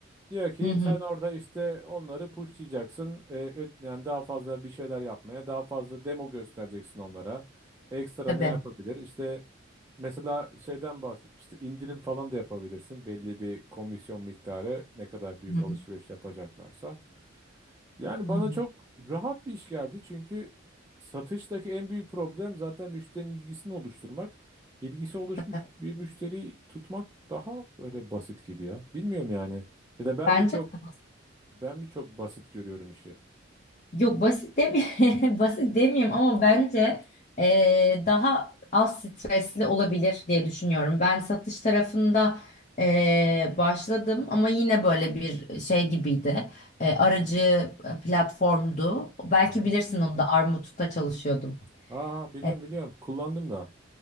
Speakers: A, on the right (about 15°); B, on the left (about 40°).
A: Diyor ki
B: Hı hı,
A: sen orada işte onları pushlayacaksın. E, ö- yani daha fazla bir şeyler yapmaya, daha fazla demo göstereceksin onlara. Ekstra
B: tabii.
A: ne yapabilir? İşte Mesela şeyden bahsetmişti. indirim falan da yapabilirsin. Belli bir komisyon miktarı ne kadar büyük
B: Hı.
A: alışveriş yapacaklarsa. Yani
B: Hı
A: bana
B: hı.
A: çok rahat bir iş geldi. Çünkü satıştaki en büyük problem zaten müşterinin ilgisini oluşturmak. İlgisi oluşmuş
B: Tabii.
A: bir müşteri tutmak daha böyle basit gibi ya. Bilmiyorum yani. Ya da ben
B: Bence
A: mi çok
B: <laughs>
A: ben bir çok basit görüyorum işi.
B: yok basit demeyeyim <laughs> basit demeyeyim ama bence eee, daha az stresli olabilir diye düşünüyorum. Ben satış tarafında eee, başladım ama yine böyle bir şey gibiydi. Eee, aracı e, platformdu. Belki
A: Hı hı.
B: bilirsin onu da Armut'ta çalışıyordum.
A: Aa biliyorum
B: Evet.
A: biliyorum. Kullandım da.